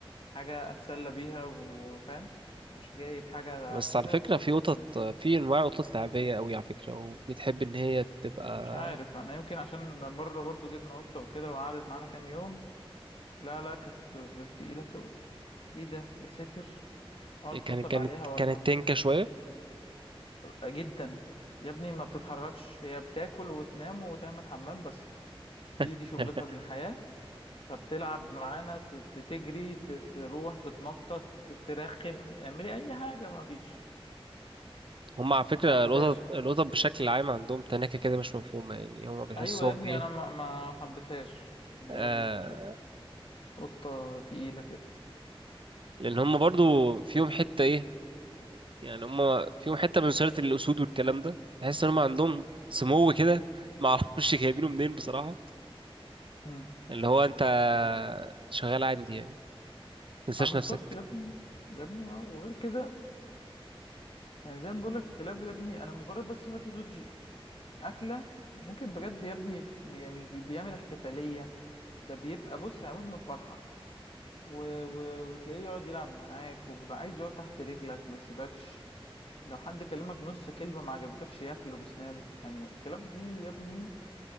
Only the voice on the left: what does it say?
حاجة أتسلى بيها وفاهم مش جايب حاجة
أكلها
وتقعد
تنام
مش عارف أنا يمكن عشان مرة برضو جبنا قطة وكده وقعدت معانا كام يوم لا لا كانت تقيلة تقل إيه ده يا ساتر أقعد
أطبطب
عليها ولا
أعملها
جدا يا ابني ما بتتحركش هي بتاكل وتنام وتعمل حمام بس دي
دي شغلتها في الحياة فبتلعب معانا ت- ت- تجري ت- تروح تتنطط ت- ترخم اعملي اي حاجة ما فيش
ما حبيتهاش
يعني
ايوه يا ابني
انا ما ما حبيتهاش اللي
هي ال- القطة تقيلة كده
امم
اه بالظبط
يا ابني يا ابني اه وغير كده يعني زي ما بقولك الكلاب يا ابني انا مجرد بس ما تدوج اكلة ممكن بجد يا ابني بي- مش بي- بيعمل احتفالية ده بيبقى بص هيموت من الفرحة و... و... وتلاقيه يقعد يلعب معاك وبيبقى عايز يقعد تحت رجلك ما يسيبكش لو حد كلمك نص كلمة ما عجبتكش ياكله بسنانه يعني الكلاب دي يا ابني